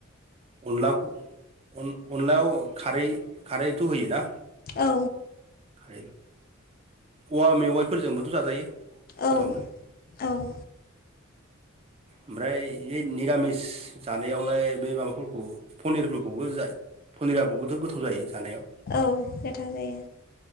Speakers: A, on the right (about 30°); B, on the left (about 45°).
A: अनलाखौ अन-अनलायाव खारै-खारैथ' होयो ना?
B: औ।
A: <unintelligible> औवा मेवाइफोरजोंबोथ' जाजायो।
B: औ
A: गोथावनो
B: औ।
A: ओमफ्राय इयो निरामिस जानायावलाय बे माबाफोरखौ पनिरफोरखौबो जा पनिराबोथ' गोथाव जायो? जानायाव
B: औ गोथाव जायो।